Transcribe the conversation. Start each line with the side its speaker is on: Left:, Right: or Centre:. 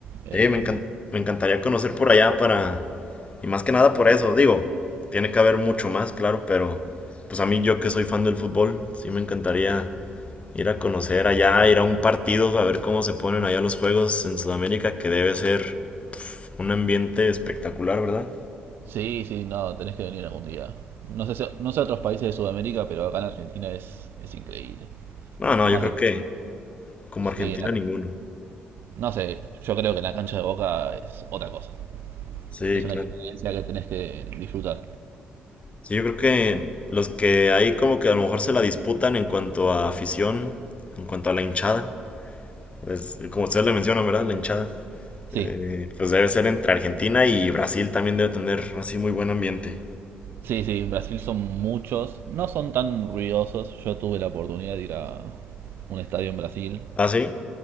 Right: Eh,
Left: Sí, me encan- me encantaría conocer por allá para Y más que nada por eso, digo, tiene que haber mucho más, claro, pero pues a mí yo que soy fan del fútbol, sí me encantaría ir a conocer allá, ir a un partido, a ver cómo se ponen allá los juegos en Sudamérica, que debe ser un ambiente espectacular, ¿verdad?
Right: Sí, sí, no, tenés que venir algún día. No sé, si- no sé otros países de Sudamérica, pero acá en Argentina es, es increíble.
Left: No, no,
Right: Más
Left: yo creo
Right: en,
Left: que como Argentina
Right: sí, en la,
Left: ninguno.
Right: no sé, yo creo que en la cancha de Boca es otra cosa.
Left: Sí,
Right: Es una
Left: claro.
Right: experiencia que tenés que disfrutar.
Left: Sí, yo creo que los que ahí como que a lo mejor se la disputan en cuanto a afición, en cuanto a la hinchada, pues, como ustedes le mencionan, ¿verdad? La hinchada.
Right: Sí,
Left: Eh, pues debe ser entre Argentina y Brasil también debe tener así muy buen ambiente.
Right: sí, sí, en Brasil son muchos, no son tan ruidosos. Yo tuve la oportunidad de ir a un estadio en Brasil.
Left: ¿Ah, sí?